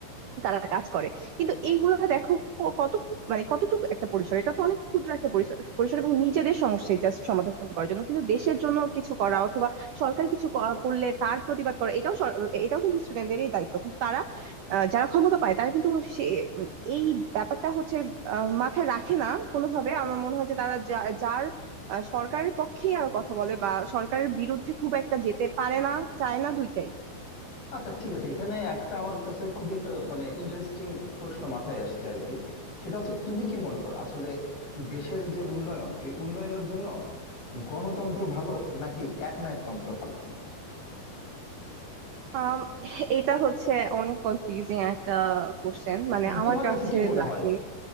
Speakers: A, on the right; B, on the left.
A: তারা কাজ করে কিন্তু এইগুলো দেখো ক- কত মানে কতটুকু একটা পরিসর এটা তো অনেক ক্ষুদ্র একটা পরিসর পরিসর এবং নিজেদের সমস্যায় জাস্ট সমাধান করার জন্য কিন্তু দেশের জন্য কিছু করা অথবা সরকার কিছু ক- করলে তার প্রতিবাদ করা এটাও সর- এটাও কিন্তু স্টুডেন্টদেরই দায়িত্ব কিন্তু তারা আহ, যারা ক্ষমতা পায় তারা কিন্তু সে উম, এই ব্যাপারটা হচ্ছে আহ, মাথায় রাখে না কোনোভাবে আমার মনে হয় যে তারা যা- যার আহ, সরকারের পক্ষেই আর কথা বলে বা সরকারের বিরুদ্ধে খুব একটা যেতে পারে না চায় না দুইটাই
B: আচ্ছা ঠিক আছে এখানে একটা আমার কাছে খুবই একটা মানে ইন্টারেস্টিং প্রশ্ন মাথায় আসছে আর কি সেটা হচ্ছে তুমি কি মনে করো আসলে দেশের যে উন্নয়ন এই উন্নয়নের জন্য গণতন্ত্র ভালো নাকি একনায়কতন্ত্র ভালো
A: আম এটা হচ্ছে অনেক কনফিউজিং একটা কোশ্চেন মানে
B: মানে
A: আমার
B: তোমার
A: কাছে
B: কাছে কি মনে
A: লাগে
B: হয়